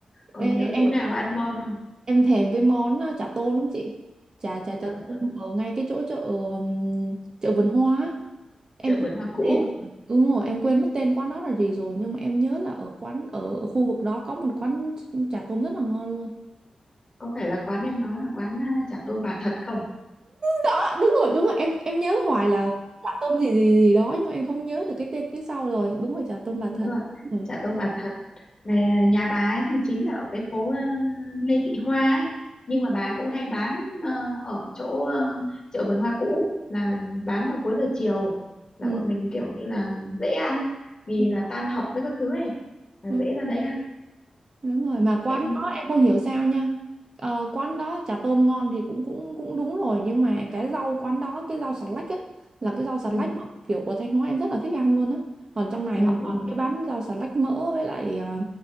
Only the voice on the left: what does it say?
còn
nhớ chỗ
nào ăn ngon không
trời
ơi
chợ
vườn hoa
cũ
có phải là quán em nói là quán à, chả tôm bà thật không
Đúng rồi,
chợ Tôn Bà Thật là nhà bà ấy thì chính là ở cái phố ờ, Lê Thị Hoa ấy nhưng
mà bà ấy cũng hay bán ờ, ở chỗ ờ, chợ vườn hoa cũ là bán vào cuối giờ chiều là
bọn mình kiểu như là dễ ăn vì
là
tan học với các thứ ấy là
dễ ra đấy ăn
em
ừ,
ừ,
ừ.